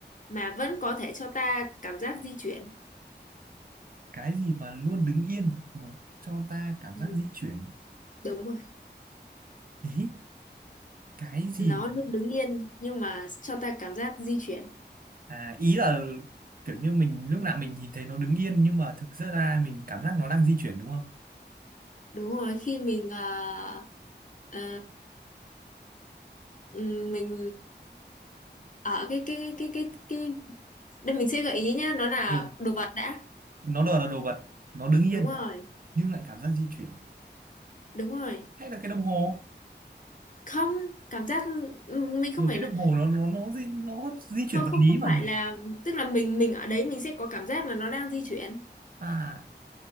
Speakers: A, on the left; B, on the right.
A: mà vẫn có thể cho ta cảm giác di chuyển
B: cái gì mà luôn đứng yên nó cho ta cảm
A: ừ,
B: giác di chuyển
A: đúng rồi
B: ý cái gì
A: nó
B: mà
A: luôn đứng yên nhưng mà cho ta cảm giác di chuyển
B: à, ý là kiểu như mình lúc nào mình nhìn thấy nó đứng yên nhưng mà thực ra ra mình cảm giác nó đang di chuyển đúng không
A: đúng rồi khi mình ờ, Ờ, ừm, mình ở cái cái cái cái cái đây mình sẽ gợi ý nhá nó là
B: ừ.
A: đồ vật đã
B: nó đòi là đồ vật nó đứng yên
A: đúng rồi
B: nhưng lại cảm giác di chuyển
A: đúng rồi
B: hay là cái đồng hồ
A: không cảm giác ừm, mình không
B: ừ,
A: phải
B: cái đồng
A: là
B: hồ nó nó nó di, nó di chuyển
A: không
B: vật
A: không
B: lý
A: không
B: mà
A: phải
B: nhỉ
A: là tức là mình mình ở đấy mình sẽ có cảm giác là nó đang di chuyển
B: à